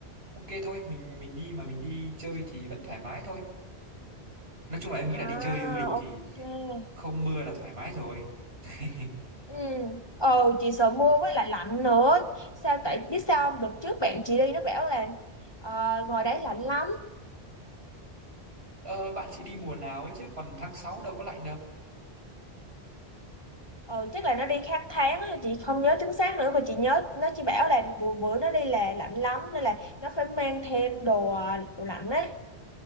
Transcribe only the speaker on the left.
À,
ok.
Ừ. Ờ chị sợ mưa với lại lạnh nữa sao tại biết sao không? đợt trước bạn chị đi nó bảo là ờ, ngoài đấy lạnh lắm
ờ chắc là nó đi khác tháng á, chị không nhớ chính xác nữa mà chị nhớ nó chỉ bảo là bữa bữa nó đi là lạnh lắm nên là nó phải mang thêm đồ đồ lạnh ấy